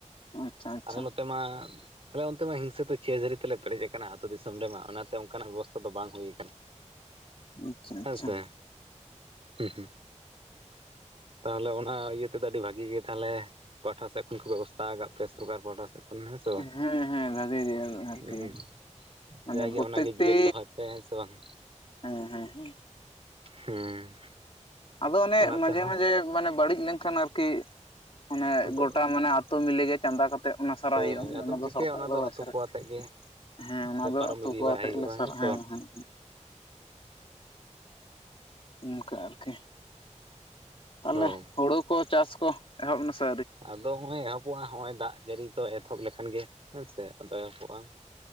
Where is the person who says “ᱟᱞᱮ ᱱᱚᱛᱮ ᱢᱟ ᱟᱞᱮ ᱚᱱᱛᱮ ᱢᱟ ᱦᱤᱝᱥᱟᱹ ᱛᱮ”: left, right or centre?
Right